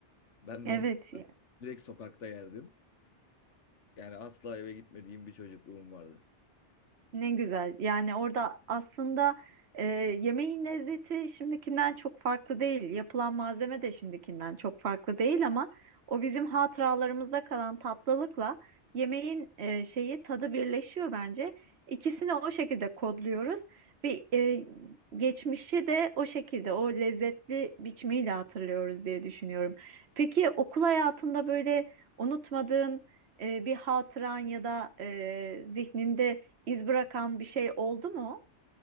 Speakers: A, on the left (about 80°); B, on the right (about 65°).
A: Ben
B: Evet
A: de onu direkt sokakta yerdim. Yani asla eve gitmediğim bir çocukluğum vardı.
B: Ne güzel. Yani orada aslında e, yemeğin lezzeti şimdikinden çok farklı değil. Yapılan malzeme de şimdikinden çok farklı değil ama o bizim hatıralarımızda kalan tatlılıkla yemeğin e, şeyi tadı birleşiyor bence. İkisini o şekilde kodluyoruz ve e, geçmişi de o şekilde o lezzetli biçimiyle hatırlıyoruz diye düşünüyorum. Peki okul hayatında böyle unutmadığın e, bir hatıran ya da e, zihninde İz bırakan bir şey oldu mu?